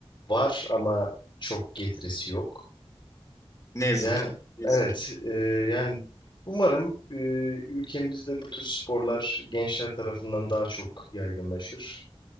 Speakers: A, on the left; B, on the left.
A: Var ama çok getirisi yok.
B: Ne yazık
A: Yani
B: ki. Ne
A: evet
B: yazık ki.
A: e, yani umarım e, ülkemizde bu tür sporlar gençler tarafından daha çok yaygınlaşır.